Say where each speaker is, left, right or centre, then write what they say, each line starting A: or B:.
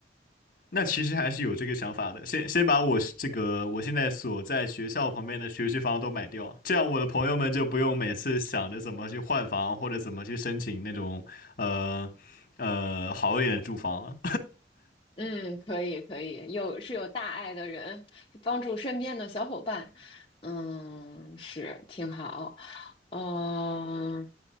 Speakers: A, on the left (about 50°); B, on the left (about 30°).
A: 那其实还是有这个想法的，先先把我这个我现在所在学校旁边的学区房都买掉，这样我的朋友们就不用每次想着怎么去换房或者怎么去申请那种呃呃好一点的住房了。
B: 嗯，可以可以，有是有大爱的人，帮助身边的小伙伴，嗯，是挺好。嗯、